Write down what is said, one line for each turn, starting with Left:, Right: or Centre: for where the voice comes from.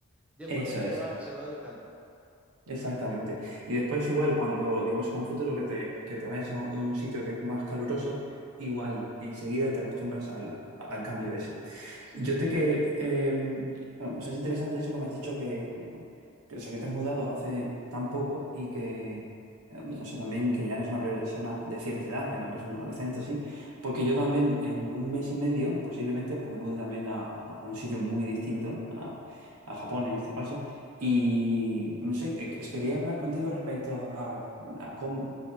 Centre: ya el
Right: Eso
Centre: cuerpo se
Right: es.
Centre: va, se va educando.
Right: Exactamente. Y después igual, cuando digamos con un futuro que te, que te vayas a un a un sitio que es más caluroso, igual enseguida te acostumbras al, a- al cambio ese.
Centre: Sí.
Right: Yo te que... eh, bueno, o sea, es interesante eso que me has dicho que, que, o sea, que te has mudado hace tan poco y que... eh, O sea, también que ya eres una persona de cierta edad, que no eres un adolescente, sí, porque yo también en un mes y medio posiblemente pues me mude también a, a- a un sitio muy distinto, a, a Japón en este caso, y no sé, eh, que- quería hablar contigo respecto a, a cómo,